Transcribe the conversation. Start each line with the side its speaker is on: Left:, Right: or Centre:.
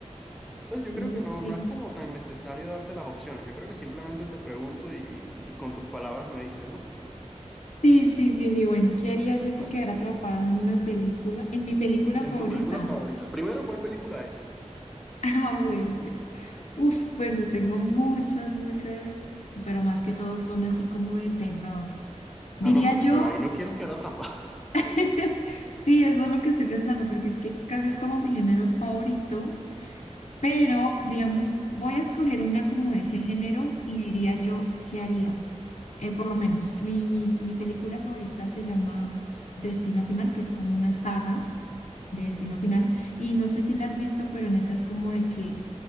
Centre: O sea, yo
Left: Ok.
Centre: creo que no, no es como tan necesario darte las opciones. Yo creo que simplemente te pregunto y, y con tus palabras me dices, ¿no?
Left: Sí, sí, sí, sí. Bueno, ¿qué haría yo si
Centre: Bueno,
Left: quedara atrapado en una película? En mi película
Centre: en
Left: favorita.
Centre: tu película favorita. Primero, ¿cuál película es?
Left: <laughs> Ah, bueno, bueno. Uf, bueno, tengo muchas, muchas, pero más que todo son así como de terror. Diría
Centre: Ah, no, pero,
Left: yo,
Centre: pero ahí no quieres quedar atrapado.
Left: <laughs> sí, eso es lo que estoy pensando, porque es que casi es como mi género favorito, pero digamos, voy a escoger una como de ese género y diría yo, ¿qué haría? Eh, por lo menos, mi, mi, mi película favorita se llama Destino Final, que es como una saga. de Destino Final. Y no sé si la has visto, pero en esa es como de que